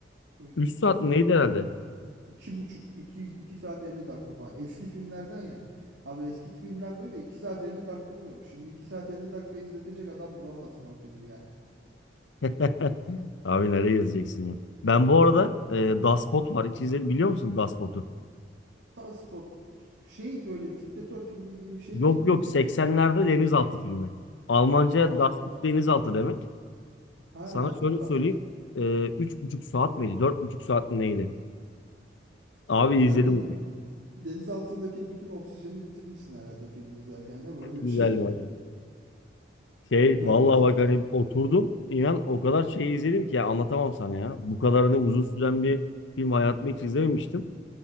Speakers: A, on the right; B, on the left.
A: Ö-
B: 3
A: Uzun
B: saat neydi herhalde?
A: iki buçuk iki, iki saat 50 dakika falan. Eski filmlerden ya. Abi eski filmler böyle 2 saat 50 dakika oluyormuş. Şimdi 2 saat 50 dakika izletecek adam bulamazsın o filmi ya.
B: <laughs> Abi nereye yazacaksın ya? Ben bu arada e, Dashboot var. Hiç izledin biliyor musun Dashboot'u?
A: Taspot şey böyle diktatör filmi gibi bir şey
B: Yok
A: değil miydi
B: yok 80'lerde
A: ya?
B: denizaltı filmi. Almanca
A: Allah.
B: Dashboot denizaltı demek.
A: Ha
B: Sana şöyle
A: da,
B: söyleyeyim. E, üç buçuk saat miydi? Dört buçuk saat mi neydi? Abi
A: herhalde
B: izledim. onu.
A: deniz altındaki bütün oksijeni bitirmişsin herhalde filmi izlerken değil mi? Öyle
B: Güzeldi.
A: bir şey oluyor.
B: Şey
A: Dört
B: vallahi
A: buçuk...
B: bak
A: <laughs>
B: hani oturdum inan o kadar şey izledim ki ya anlatamam sana ya. Bu kadarını uzun süren bir film hayatımda hiç izlememiştim.